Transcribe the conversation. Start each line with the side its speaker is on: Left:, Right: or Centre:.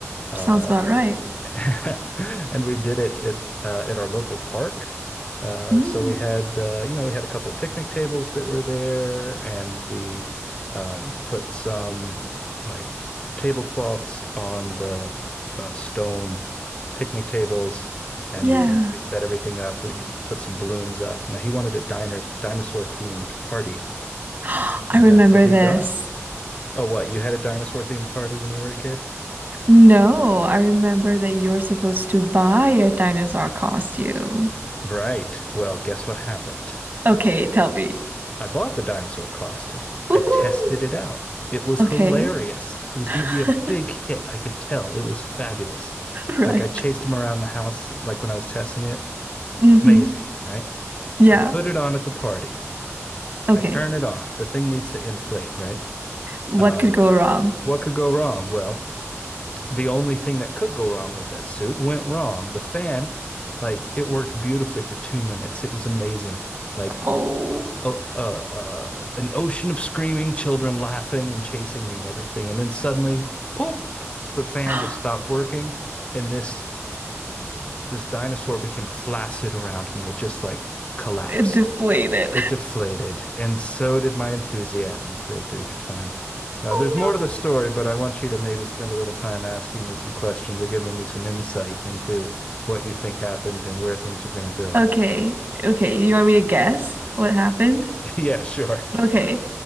Left: Uh,
Right: Sounds about right.
Left: <laughs> And we did it at uh, at our local park. Uh,
Right: Mm,
Left: so we had uh, you know we had a couple picnic tables that were there, and we um, put some like tablecloths on the uh, stone picnic tables, and
Right: yeah.
Left: we we set everything up. We put some balloons up. Now he wanted a diners dinosaur themed party,
Right: <gasps> I
Left: and
Right: remember
Left: that's what he
Right: this.
Left: got. Oh, what? You had a dinosaur themed party when you were a kid?
Right: No, I remember that you were supposed to buy a dinosaur costume.
Left: Right. Well, guess what happened?
Right: Okay, tell me.
Left: I bought the dinosaur costume. I
Right: Woohoo!
Left: tested it out. It was
Right: Okay.
Left: hilarious. It was
Right: <laughs>
Left: going to be a big hit. I could tell. It was fabulous.
Right: Right.
Left: Like I chased him around the house, like when I was testing it.
Right: Mm-hmm.
Left: Amazing, right?
Right: Yeah.
Left: I put it on at the party.
Right: Okay.
Left: I turn it on. The thing needs to inflate, right?
Right: What
Left: Uh,
Right: could go wrong?
Left: what
Right: <laughs>
Left: could go wrong? Well, the only thing that could go wrong with that suit went wrong. The fan, like, it worked beautifully for two minutes. It was amazing. Like,
Right: Oh,
Left: a, a, a an ocean of screaming children laughing and chasing me and everything. And then suddenly, poof, the fan
Right: <gasps>
Left: just stopped working, and this this dinosaur became flaccid around me. It just like collapsed.
Right: it deflated.
Left: It deflated, and so did my enthusiasm for a brief time. Uh,
Right: Oh
Left: there's more to the story, but I want you to maybe spend a little time asking me some questions or giving me some insight into what you think happened and where things are going to go.
Right: no. Okay. Okay. You want me to guess what happened?
Left: <laughs> Yeah, sure.
Right: Okay.